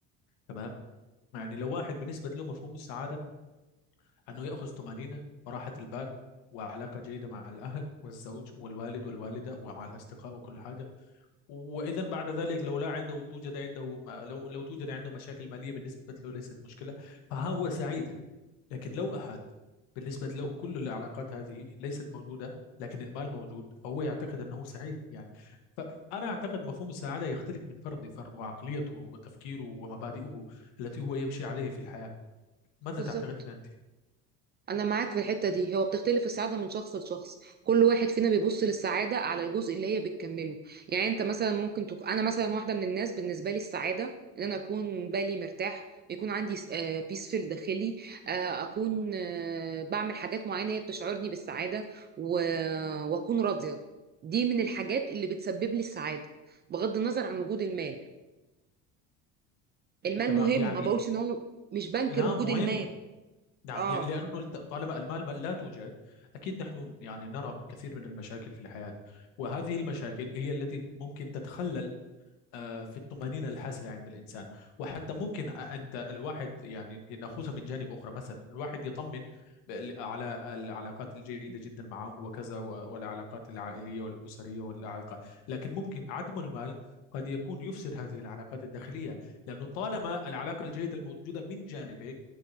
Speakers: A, on the left; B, on the right.
A: تمام يعني لو واحد بالنسبة له مفهوم السعادة أنه يأخذ طمأنينة وراحة البال وعلاقة جيدة مع الأهل والزوج والوالد والوالدة ومع الأصدقاء وكل حاجة وإذا بعد ذلك لو لا عنده توجد عنده ما لو لو توجد عنده مشاكل مالية بالنسبة له ليست مشكلة فهو سعيد لكن لو أحد بالنسبة له كل العلاقات هذه ليست موجودة لكن المال موجود فهو يعتقد أنه سعيد يعني فأنا أعتقد مفهوم السعادة يختلف من فرد لفرد وعقليته وتفكيره ومبادئه التي هو يمشي عليه في الحياة ماذا
B: بالظبط
A: تعتقدين أنت؟
B: أنا معاك في الحتة دي هو بتختلف السعادة من شخص لشخص كل واحد فينا بيبص للسعادة على الجزء اللي هي بتكمله يعني أنت مثلا ممكن تك... أنا مثلا واحدة من الناس بالنسبة لي السعادة إن أنا أكون بالي مرتاح يكون عندي بيسفل داخلي آه، أكون آه، بعمل حاجات معينة هي بتشعرني بالسعادة و... وأكون راضية دي من الحاجات اللي بتسبب لي السعادة بغض النظر عن وجود المال المال
A: تمام
B: مهم
A: يعني
B: ما بقولش إن هو مش بنكر
A: نعم
B: وجود
A: مهم
B: المال
A: نعم
B: اه
A: يع- لأنه الت- طالما المال ما- لا توجد أكيد نحن يعني نرى كثير من المشاكل في الحياة وهذه المشاكل هي التي ممكن تتخلل آه، في الطمأنينة الحاصلة عند الإنسان وحتى ممكن أنت الواحد يعني نأخذها من جانب أخرى مثلا الواحد يطمن بال- على العلاقات الجيدة جدا معه وكذا و- والعلاقات العائلية والأسرية والعلاقة لكن ممكن عدم المال قد يكون يفسد هذه العلاقات الداخلية لأنه طالما العلاقة الجيدة الموجودة من جانبك